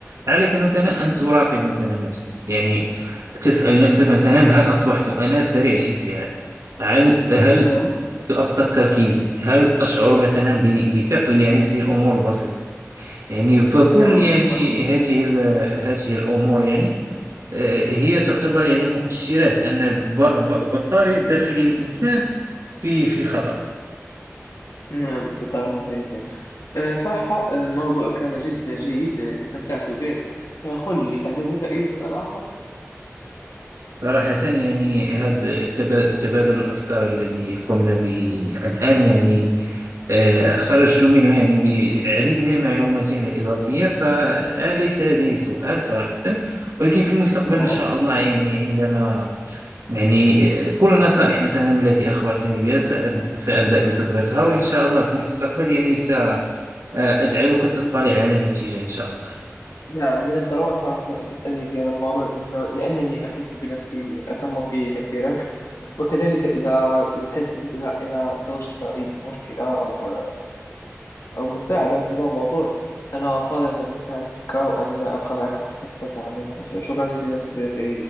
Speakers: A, on the right; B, on the left.
A: عليك مثلا أن تراقب مثلا نفسك يعني تسأل نفسك مثلا هل أصبحت أنا سريع الانفعال هل هل
B: نعم
A: أفقد تركيزي هل أشعر مثلا ب- بثقل يعني في الأمور البسيطة يعني فكل
B: نعم
A: يعني
B: أشوف ما أصدقائي.
A: هذه ال- هذه الأمور يعني آه، هي تعتبر يعني مؤشرات أن ب- ب- بطارية داخل الإنسان في في خطر
B: نعم بالطريقة الكويسة آه، صراحة آه، الموضوع كان جدا جيد آه، استمتعت به آه، قل لي هل لديك أي سؤال آخر؟
A: صراحة يعني هذا التبا- تبادل الأفكار الذي قمنا به الآن يعني آه، خرجت منه يعني بعديد من المعلومات يعني الإضافية فالآن ليس لدي سؤال صراحة ولكن في المستقبل
B: نعم
A: إن شاء الله يعني عندما يعني آه، كل النصائح مثلا التي أخبرتني بها سأب- سأبدأ بتطبيقها وإن شاء الله في المستقبل يعني سأجعلك تطلع على النتيجة إن شاء الله
B: نعم من الضرورة صراحة أن تسألني في هذا الموضوع لأنه لأنني أحس بنفسي أفهم فيه كثيرا وكذلك إذا كذلك إذا إذا إذا وجدت أي مشكلة أو أو مساعدة في هذا الموضوع أنا قادر على مساعدتك وأن أبقى معك حتى تعمل كل شيء شكرا جزيلا صديقي